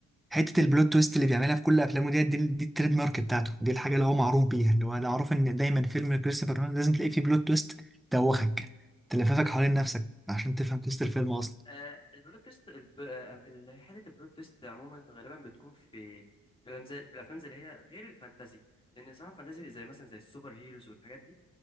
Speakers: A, in the centre; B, on the left (about 15°).
A: حته البلوت تويست اللي بيعملها في كل افلامه دي دي, دي التريد مارك بتاعته دي الحاجه اللي هو معروف بيها اللي هو انا معروف ان دايما فيلم كريستوفر نولان لازم تلاقي فيه بلوت تويست توخك تلففك حوالين نفسك عشان تفهم تويست الفيلم اصلا
B: آه، البلوت تويست الب- آه، ال- حته البلوت تويست عموما غالبا بتكون في في الأفلام زي في الأفلام زي اللي هي غير الفانتازي لأن صراحة الفانتازي زي مثلا زي السوبر هيروز والحاجات دي